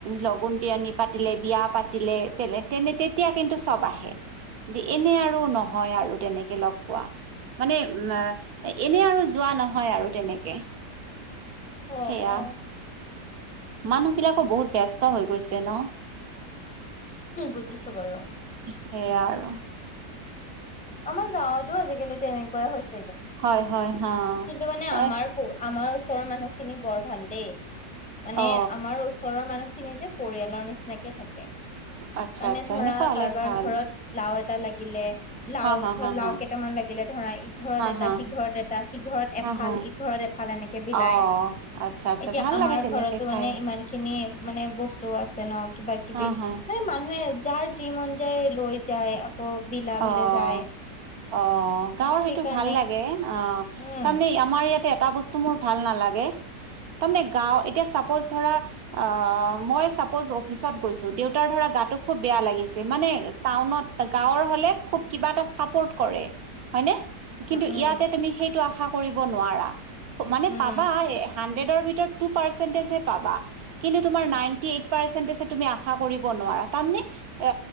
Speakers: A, on the right; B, in the centre.
A: লগুণ দিয়নী পাতিলে বিয়া পাতিলে তেনে তেনে তেতিয়া কিন্তু চব আহে দে এনে আৰু নহয় আৰু তেনেকে লগ পোৱা মানে উম এনে আৰু যোৱা নহয় আৰু তেনেকে
B: অ'
A: সেয়া
B: অ'
A: মানুহ বিলাকো বহুত ব্যস্ত হৈ গৈছে ন
B: বুজিছো বাৰু
A: সেইয়া আৰু
B: আমাৰ গাঁৱতো আজিকালি তেনেকুৱাই হৈছে
A: হয় হয় হা
B: কিন্তু মানে আমাৰ
A: এ
B: আমাৰ ওচৰৰ মানুহখিনি বৰ ভাল দেই মানে
A: অ
B: আমাৰ ওচৰৰ মানুহখিনি যে পৰিয়ালৰ নিচিনাকে থাকে
A: আচ্ছা
B: মানে
A: আচ্ছা
B: ধৰা
A: সেনেকুৱা হলে
B: কাৰোবাৰ
A: ভাল
B: ঘৰত লাও এটা এটা লাগিলে লাও
A: হা হা হা
B: লাও
A: হা
B: কেইটামান লাগিলে ধৰা ইঘৰত
A: হা
B: এটা
A: হা
B: সিঘৰত এটা সিঘৰত এফাল
A: হা হা
B: ইঘৰত এফাল এনেকে বিলায়
A: অ', আচ্ছা আচ্ছা
B: এতিয়া
A: ভাল
B: আমাৰ
A: লাগে তেনেকে
B: ঘৰতো
A: খাই
B: মানে ইমান খিনি মানে বস্তু আছে ন কিবা কিবি
A: অ', হা
B: মানুহে যাৰ যি মন যায় লৈ যায় আকৌ বিলাবলে
A: অ'
B: যায়
A: অ'
B: মানে
A: গাঁৱৰ সেইটো
B: সেইকাৰণে
A: ভাল লাগে অ' অ'
B: উম
A: তাৰমানে আমাৰ ইয়াত এটা বস্তু মোৰ ভাল নালাগে তাৰমানে গাঁওত এতিয়া চাপজ ধৰা অ, মই চ জ অফিচত গৈছো দেউতাৰ ধৰা গাটো খুব বেয়া লাগিছে মানে টাউনত গাঁৱৰ, হলে খুব কিবা এটা চাপৰ্ট কৰে, হয় নে? কিন্তু
B: উম উম
A: ইয়াতে তুমি সেইটো আশা কৰিব নোৱাৰা। মানে
B: উম
A: পাবা হান ন্দ্ৰে ৰ ভিতৰত টোও পাৰ্চেন্ত হে পাবা কিন্তু তোমাৰ নাইন্তী এইট পৰ্চেন্ত আছে তুমি আশা কৰিব নোৱাৰা। তাৰমানে এ